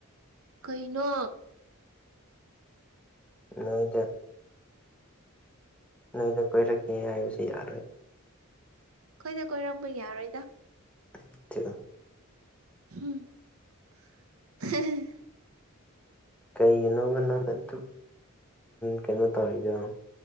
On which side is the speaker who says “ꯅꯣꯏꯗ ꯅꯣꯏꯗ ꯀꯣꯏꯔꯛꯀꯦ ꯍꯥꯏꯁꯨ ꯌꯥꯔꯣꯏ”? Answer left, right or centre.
Centre